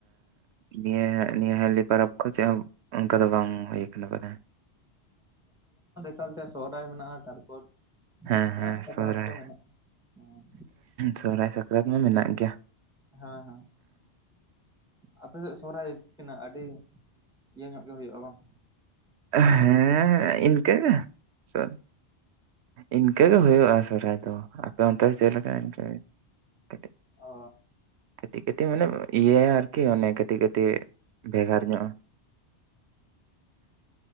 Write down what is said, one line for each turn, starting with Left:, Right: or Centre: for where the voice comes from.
Right: ᱱᱤᱭᱟᱹ ᱱᱤᱭᱟᱹ ᱦᱟᱹᱞᱤ ᱯᱚᱨᱚᱵᱽ ᱠᱚ ᱪᱮᱫ ᱦᱚᱸ ᱚᱱᱠᱟ ᱫᱚ ᱵᱟᱝ ᱦᱩᱭ ᱠᱟᱱᱟ ᱵᱚᱞᱮ
Centre: ᱮᱠᱟᱞ ᱛᱮ ᱥᱚᱦᱨᱟᱭ ᱢᱮᱱᱟᱜ-ᱟ ᱛᱟᱨᱯᱚᱨ
Right: ᱦᱮᱸ
Centre: ᱚᱱᱠᱟ
Right: ᱦᱮᱸ
Centre: ᱥᱟᱠᱨᱟᱛ
Right: ᱥᱚᱦᱨᱟᱭ
Centre: ᱠᱚ ᱢᱮᱱᱟᱜᱼᱟ ᱦᱮᱸ
Right: ᱥᱚᱦᱚᱨᱟᱭ ᱥᱟᱠᱨᱟᱛ ᱢᱟ ᱢᱮᱱᱟᱜ ᱜᱮᱭᱟ᱾
Centre: ᱦᱮᱸ ᱦᱮᱸ ᱟᱯᱮ ᱥᱮᱫ ᱥᱚᱦᱨᱟᱭ ᱛᱤᱱᱟᱹᱜ ᱟᱹᱰᱤ ᱤᱭᱟᱹ ᱧᱚᱜ ᱜᱮ ᱦᱩᱭᱩᱜ-ᱟ ᱵᱟᱝ
Right: ᱦᱮᱸ ᱤᱱᱠᱟᱹᱜᱮ ᱥᱚ ᱤᱱᱠᱟᱹᱜ ᱜᱮ ᱦᱩᱭᱩᱜ-ᱟ ᱥᱚᱦᱨᱟᱭ ᱫᱚ ᱟᱯᱮ ᱚᱱᱛᱮ ᱨᱮ ᱪᱮᱫ ᱞᱮᱠᱟ ᱤᱱᱠᱟᱹ ᱠᱟᱹᱴᱤᱡ
Centre: ᱚ
Right: ᱠᱟᱹᱴᱤᱡ ᱠᱟᱹᱴᱤᱡ ᱢᱟᱱᱮ ᱤᱭᱟᱹᱭᱟ ᱟᱨᱠᱤ ᱚᱱᱮ ᱠᱟᱹᱴᱤᱡ ᱠᱟᱹᱴᱤᱡ ᱵᱷᱮᱜᱟᱨ ᱧᱚᱜ-ᱟ᱾
Centre: <inaudible>